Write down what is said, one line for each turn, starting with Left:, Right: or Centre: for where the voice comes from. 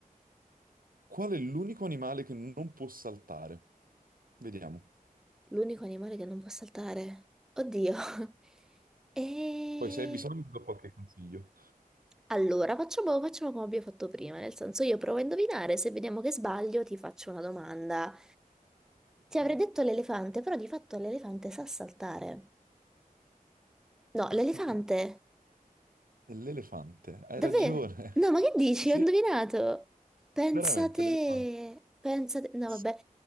Right: Qual è l'unico animale che non può saltare? Vediamo.
Centre: L'unico animale che non può saltare. Oddio. <laughs> E...
Right: Poi se hai bisogno ti do qualche consiglio.
Centre: Allora, facciamo, facciamo come abbiamo fatto prima, nel senso io provo a indovinare, se vediamo che sbaglio ti faccio una domanda. Ti avrei
Right: Ok.
Centre: detto l'elefante, però di fatto l'elefante sa saltare. No,
Right: Ah,
Centre: l'elefante.
Right: ah, ah. È l'elefante, hai
Centre: Davvero?
Right: ragione.
Centre: No, ma che dici?
Right: <laughs> Sì,
Centre: Ho indovinato. Pensa
Right: veramente
Centre: te.
Right: l'elefante.
Centre: Pensa te. No,
Right: S-
Centre: vabbè.